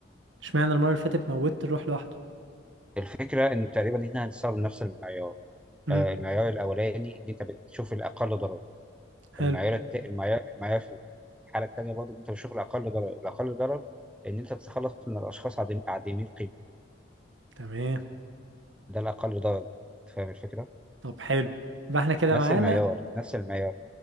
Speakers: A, on the right; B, in the centre.
A: اشمعنى المرة اللي فاتت موتت روح لوحده
B: الفكرة إنه تقريبا إحنا هنستخدم نفس المعيار
A: امم
B: آه، المعيار الأولاني إن أنت بتشوف الأقل ضرر
A: حلو
B: المعيار الت... المعيار المعيار في الحالة التانية برضه أنت بتشوف الأقل ضرر الأقل ضرر إن أنت تتخلص من الأشخاص عديم عديمي القيمة
A: تمام
B: ده الأقل ضرر فاهم الفكرة؟
A: طب حلو يبقى احنا كده
B: نفس
A: معانا
B: المعيار نفس المعيار